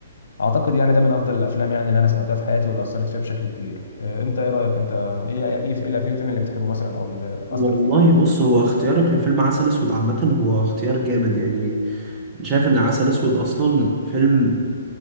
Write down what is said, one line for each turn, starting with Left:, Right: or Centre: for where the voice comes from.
Left: اعتقد يعني ده من افضل الافلام يعني اللي انا سمعتها في حياتي واللي اثرت فيها بشكل كبير آه، انت ايه رايك انت ايه ايه في- إيه الفيلم اللي بتحبه مثلا او اللي
Right: والله
Left: اثر فيك
Right: بص هو اختيارك لفيلم عسل اسود عامه هو اختيار جامد يعني شايف ان عسل اسود اصلا فيلم